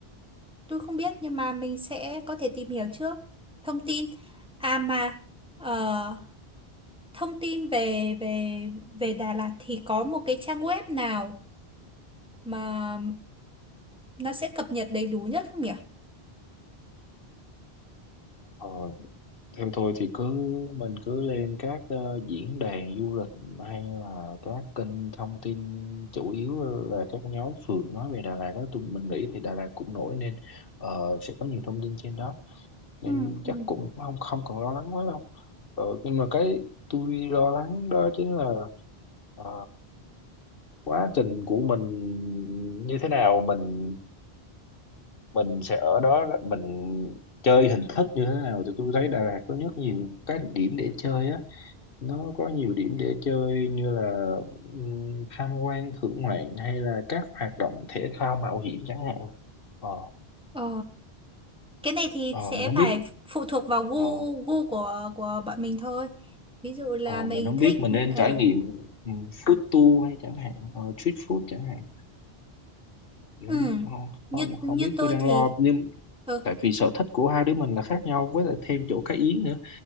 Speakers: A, in the centre; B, on the left.
A: Tôi không biết nhưng mà mình sẽ có thể tìm hiểu trước thông tin. À mà ờ, thông tin về về về Đà Lạt thì có một cái trang web nào mà nó sẽ cập nhật đầy đủ nhất không nhỉ?
B: ờ, theo tôi thì cứ mình cứ lên các ờ, diễn đàn du lịch hay là các kênh thông tin chủ yếu là các nhóm phượt nói về Đà Lạt đó tụi mình nghĩ thì Đà Lạt cũng nổi nên ờ, sẽ có nhiều thông tin trên đó nên
A: Ừ,
B: chắc
A: ừ.
B: cũng không không còn lo lắng quá đâu ờ, nhưng mà cái tôi lo lắng đó chính là ờ, quá trình của mình như thế nào mình mình sẽ ở đó mình chơi hình thức như thế nào thì tôi thấy Đà Lạt có rất nhiều cái điểm để chơi á nó có nhiều điểm để chơi như là ừm, tham quan thưởng ngoạn hay là các hoạt động thể thao mạo hiểm chẳng hạn ờ
A: Ờ, cái này thì
B: ờ
A: sẽ
B: mình không
A: phải
B: biết
A: phụ thuộc vào gu
B: ờ
A: gu của của bọn mình thôi. Ví dụ là
B: Ờ,
A: mình
B: mình không
A: thích
B: biết mình nên
A: ờ,
B: trải nghiệm ừ, fruit tour hay chẳng hạn ờ, street food chẳng hạn Thì
A: ừ,
B: không, không,
A: như
B: không
A: như
B: không biết
A: tôi
B: tôi đang
A: thì
B: lo nhưng
A: ừ,
B: tại vì sở thích của hai đứa mình là khác nhau với lại thêm chỗ cái yến nữa